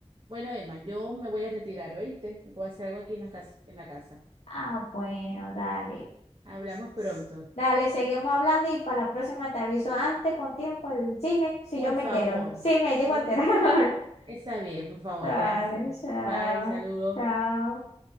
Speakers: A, on the right (about 45°); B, on the left (about 70°).
A: Bueno, Emma, yo me voy a retirar, ¿oíste? Voy a hacer algo aquí en la casa, en la casa.
B: Ah, bueno, dale.
A: Hablamos pronto.
B: S- Dale, seguimos hablando y para la próxima te aviso antes con tiempo el cine si
A: Por
B: yo me
A: favor.
B: entero. Sí, me llego
A: No
B: a
A: lo-
B: enterar.
A: Está bien, por
B: <laughs>
A: favor,
B: Dale,
A: gracias.
B: chao.
A: Bye, saludos.
B: Chao.